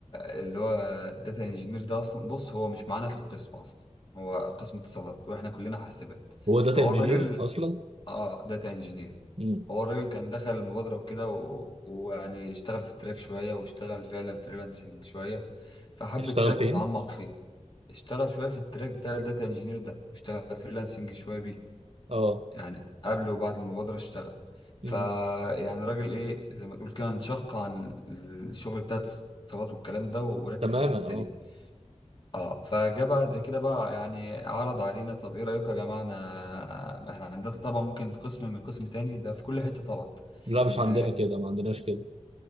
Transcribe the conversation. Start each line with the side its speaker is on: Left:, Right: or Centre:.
Left: اللي هو داتا انجينير ده اصلا بص هو مش معانا في القسم اصلا هو قسم اتصالات واحنا كلنا حاسبات
Right: هو داتا
Left: فهو
Right: انجينير
Left: الراجل
Right: اصلا
Left: اه داتا انجينير
Right: مم.
Left: هو الراجل كان دخل المبادرة وكده و... ويعني اشتغل في التراك شوية واشتغل فعلا فريلانسنج شوية فحب
Right: اشتغل
Left: التراك
Right: فين
Left: وتعمق فيه اشتغل شوية في التراك بتاع الداتا انجينير ده اشتغل فريلانسنج شوية بيه
Right: اه
Left: يعني قبل وبعد المبادرة اشتغل فيعني
Right: مم.
Left: راجل ايه زي ما تقول كده انشق عن الشغل بتاع الاتصالات والكلام ده وركز
Right: تماما
Left: في الحتة
Right: اه
Left: دي اه فجاء بعد كده بقى يعني عرض علينا طب ايه رأيكم يا جماعة انا احنا عندنا طبعا ممكن قسم من قسم تاني ده في كل حتة طبعا
Right: لا مش
Left: ان
Right: عندنا كده ما عندناش كده